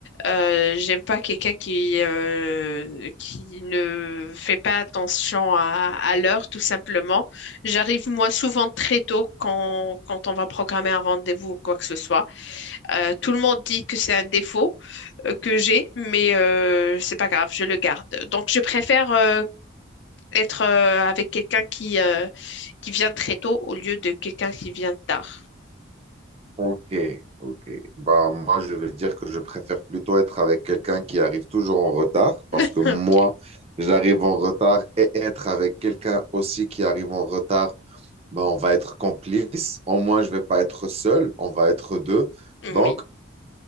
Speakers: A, on the left (about 60°); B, on the right (about 30°).
A: Euh, j'aime pas quelqu'un qui, euh, qui ne fait pas attention à, à l'heure, tout simplement. J'arrive, moi, souvent très tôt quand, quand on va programmer un rendez-vous ou quoi que ce soit. Euh, tout le monde dit que c'est un défaut euh, que j'ai, mais euh, c'est pas grave, je le garde. Donc, je préfère euh, être euh, avec quelqu'un qui, euh, qui vient très tôt au lieu de quelqu'un qui vient tard.
B: Ok, ok. Bah, moi, je vais dire que je préfère plutôt être avec quelqu'un qui arrive toujours en retard
A: <laughs>
B: parce que moi,
A: Ok,
B: j'arrive en retard et être avec quelqu'un aussi qui arrive en retard, bah, on va être complice. Au moins, je vais pas être seul, on va être deux.
A: oui.
B: Donc,